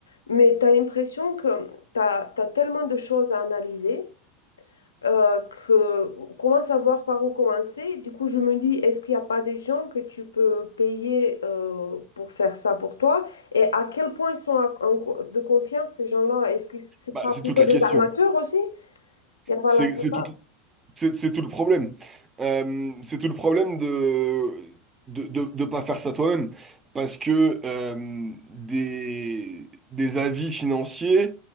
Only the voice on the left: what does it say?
mais tu as l'impression que tu as, tellement de choses à analyser euh, que, comment savoir par où commencer? Du coup, je me dis, est-ce qu'il n'y a pas des gens que tu peux payer euh, pour faire ça pour toi? Et à quel point ils sont à- en co- de confiance, ces gens-là? Est-ce que c'est
pas
plutôt
des
armateurs aussi? Il y a pas
la plupart.